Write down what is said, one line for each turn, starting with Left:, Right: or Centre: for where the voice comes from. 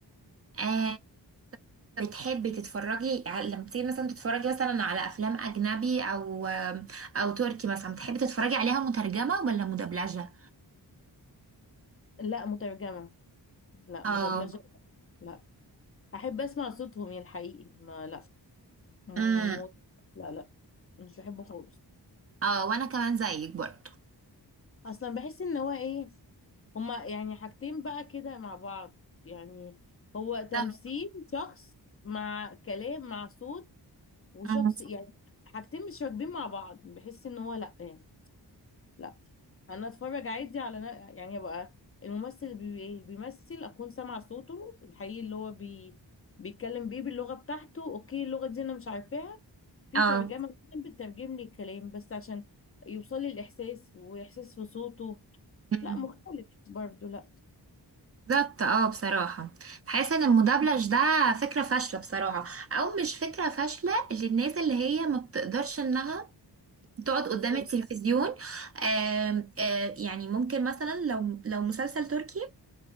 Right: <laughs> بتحبي تتفرجي على- لما بتيجي مثلا تتفرجي مثلا على افلام اجنبي او او تركي مثلا بتحبي تتفرجي عليها مترجمة ولا مدبلجة
Left: لا مترجمة لا
Right: اه
Left: مدبلجة لا أحب أسمع صوتهم يا الحقيقي ما لا م...
Right: امم
Left: لا لا مش بحبه خالص
Right: اه وانا كمان زيك برضو
Left: أصلا بحس إن هو إيه هما يعني حاجتين بقى كده مع بعض يعني هو
Right: ده-
Left: تمثيل شخص مع كلام مع صوت وشخص
Right: أمم.
Left: يعني حاجتين مش راكبين مع بعض بحس إن هو لا يعني لا انا اتفرج عادي على نا- يعني ابقى الممثل اللي بي- إيه، بيمثل اكون سامعه صوته الحقيقي اللي هو بي... بيتكلم بيه باللغه بتاعته اوكي اللغه دي انا مش عارفاها في
Right: اه
Left: ترجمه بتكون بتترجم لي الكلام بس عشان يوصل لي الاحساس واحساس في صوته
Right: أمم.
Left: لا مختلف برضو لا
Right: بالظبط اه بصراحة بحس ان المدبلج ده فكرة فاشلة بصراحة او مش فكرة فاشلة للناس اللي هي ما بتقدرش انها تقعد
Left: بالظبط
Right: قدام التلفزيون آم، آه، يعني ممكن مثلا لو لو مسلسل تركي